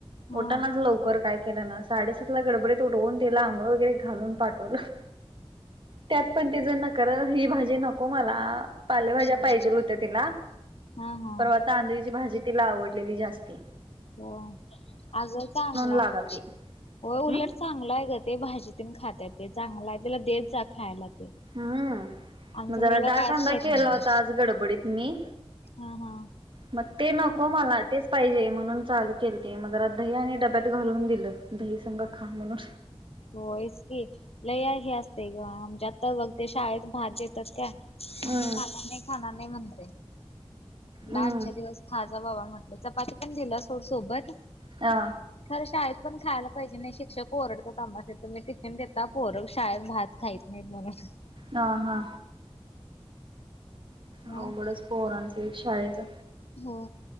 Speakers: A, on the left (about 70°); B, on the right (about 55°).
A: हा
B: ऊटनाच लवकर काय केलं नं, साडेसात ला गडबडीऽऽ उटवून त्याला आंघोळ वगैरे घालून पाठवलोऽऽ त्यात पण तिजं नखरं ही भाजी नको मला पालेभाज्या
A: हो
B: पाहिजेल होत्या तिला
A: हा हा
B: परवा तांदळीची भाजी तिला आवडलेली जास्ती. ‌
A: हो अगं चांगलंय
B: लागालती
A: होय
B: हम्म
A: उलट चांगलाय. ते भाजीतून खातेत ते चांगलय त्याला देत जा खायला. ते
B: हम्म
A: आमचा
B: मग जरा
A: मुलगा
B: डाळकांदा
A: कायच खाईत
B: केला
A: नाही
B: होता
A: ग
B: आज गडबडीत मी
A: हा हा
B: मग ते नको मला तेच पाहिजे म्हणून चालू केलंती मग जरा दही आणि डब्यात घालून दिलं दही संगं खा म्हणून.
A: होयच की लय हे असते ग आमच्या आता बघते शाळेत भाजीत त्यात काय
B: हम्म
A: मला नाही खाणार नाही म्हणतय,
B: हम्म.
A: आजच्या दिवस खा बाबा म्हटलं चपाती पण दिलं सोड सोबत
B: हा
A: खर शाळेत पण खायला पाहिजे नाही शिक्षक ओरडतात आम्हांस येत मी टिफिन देतता पोर शाळेत भात खाहीत नाही बोलत.
B: हा हा.
A: मग
B: अवघडच पोहरांचं एक शाळेचं
A: हो